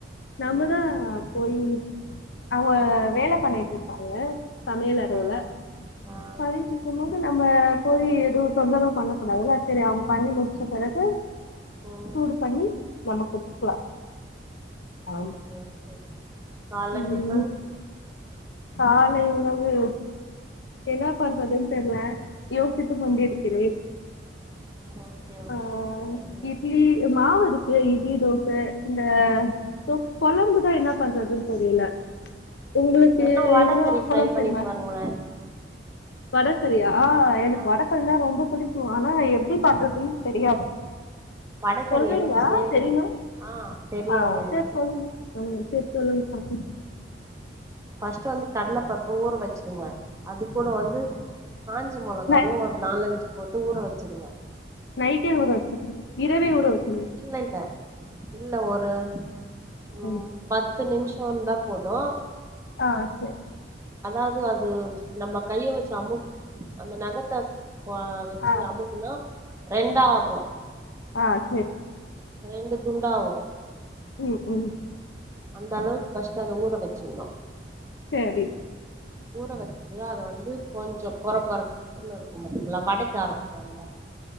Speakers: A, on the left; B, on the right.
A: நம்மதா
B: ஆ
A: போயி அவுங்க வேலப் பண்ணிட்டு இருப்பாங்க சமையல் அறையில
B: ஆ ஆ
A: பதிஞ்சி <unintelligible> நம்ம போய் எது தொந்தரவு பண்ணக்கூடாதுல்ல சேரி அவுங்க பண்ணி முடிச்ச பெறகு
B: ம்
A: சூடு பண்ணி நம்ம குடிச்சுக்கலா
B: ம்
A: ஆமா
B: ஓகே ஓகே கால்ல
A: உம்
B: டிஃபன்
A: காலை உணவு என்ன பாண்றதுன் தெர்ல யோசித்துக் கொண்டிருக்கிறேன்
B: ஆ ஓகே ஓகே
A: அ
B: சரிங்க
A: இட்லி மாவுருக் இல இட்லி தோச இந்த <unintelligible> கொழம்புதா என்ன பண்றதுன்னு தெரியல உங்களுக்கு
B: வேணா வடகறி
A: எதுனா குழம்பு
B: ட்ரை பண்ணி
A: தெரியமா
B: பாருங்களே
A: வடகரியா எனக்கு
B: ஆ
A: வடக்கரினா ரொம்ப புடிக் ஆனா எப்பிடி பண்றது தெரியாது
B: வடகறி
A: சொல்றீங்களா
B: எனக்கு செய்ய
A: தெரியுமா
B: தெரியு ஆ தெரியு
A: ஆஹ்
B: எனக்கு
A: சேர் சொல்லுங்க ம் சேர் சொல்லுங்க பாக்லா
B: ஃபஸ்ட் வந்து கடல பருப்ப ஊற வச்சுக்கங்க அது கூட வந்து காஞ்ச மொளகாவையும்
A: நை
B: ஒரு நாலஞ்சு போட்டு ஊற வச்சிடுங்க
A: நைக்டே ஊர வச்சர்னுமா இரவே ஊர வச்சு
B: இல்ல இல்ல இல்ல ஒரு உம்
A: ம்
B: பத்து நிமிஷம் சிவந்தா போதும்
A: ஆஹ் சேரி
B: அதாவது அது நம்ம கைய வச்சு அமுக் அந்த நகத்த வச்சு
A: ஆ
B: அமுக்குனா ரெண்டா ஆகு
A: ஆஹ் சேரி
B: ரெண்டு துண்டாவு
A: ம் ம்
B: அந்த அளவுக்கு பர்ஸ்ட் அத ஊற வச்சிரணு
A: சேரி
B: ஊற வச்சுட்டு அத வந்து கொஞ்ச கொரகொரன்னு இருக் கு பாத்திங்களா வடைக்கு அரப்பம்ல்ல